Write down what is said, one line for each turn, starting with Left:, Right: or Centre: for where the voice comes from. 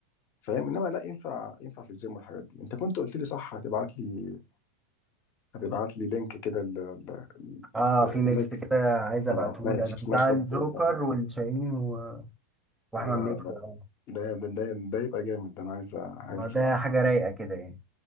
Left: فاهم انما لا ينفع ينفع في الجيم والحاجات دي انت كنت قلت لي صح هتبعت لي هتبعت لي لينك كده ل... ل...
Centre: اه
Left: ل...
Centre: في ميكس
Left: لنكست
Centre: كده عايز ابعتهولك
Left: آه ماشي
Centre: بتاع
Left: ماشي
Centre: الجوكر
Left: يا رب يا احمد
Centre: والشاهين و... واحمد
Left: اه
Centre: مكي
Left: لا
Centre: اه
Left: ده ده ده ده يبقى جامد ده انا عايز عايز
Centre: آه،
Left: اسمعه
Centre: ده حاجه رايقه كده يعني